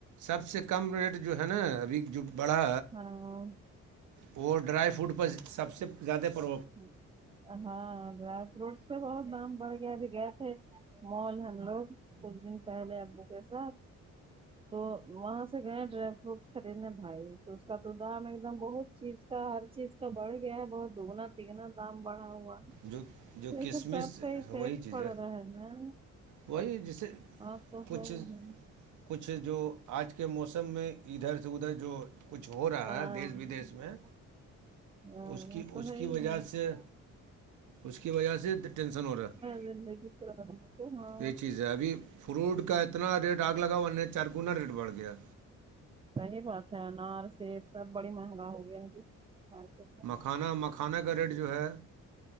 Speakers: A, on the right; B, on the right.
A: سب سے کم ریٹ جو ہے نا ابھی جو بڑا
B: ہاں
A: وہ ڈرائی فروٹ پرہ سب سے زیادہ پر
B: ہوں ہاں ڈرائی فروٹس پہ بہت دام بڑھ گیا بھی گئے تھے مال ہم لوگ کچھ دن پہلے ابو کے ساتھ تو وہاں سے گئے ڈرائی فروٹ کررینے بھائی تو اس کا تو دام ایک دم بہت چیز کا ہر چیز کا بڑھ گیا ہے بہت دگنا تگنا دام بڑھا ہوا
A: جو جو
B: تو یہ
A: کشمش
B: سب سب کا ہی
A: وہی
B: ٹیکس
A: چیز
B: پڑ رہا ہے نا
A: وہی جسے
B: باں تو
A: کچھ
B: ہے ہی ہے
A: کچھ جو آج کے موسم میں ادھر سے ادھر جو کچھ ہو رہا
B: ہاں
A: ہے دیش بدیش میں
B: ہاں
A: اس
B: وہ
A: کی
B: تو
A: اس
B: ہے
A: کی
B: ہی
A: وجہ
B: ہے
A: سے اس کی وجہ سے ٹینشن ہو رہا ہے
B: زندگ ط ہاں <unintelligible>
A: یہی چیز ہے ابھی فروٹ کا اتنا ریٹ آگ لگا ورہ چار گنا ریٹ بڑھ گیا
B: صحی بات ہے انار سب سب بڑی مہنگا ہو گیا جی مارکیٹ میں
A: کھانا مکھانا کا ریٹ جو ہے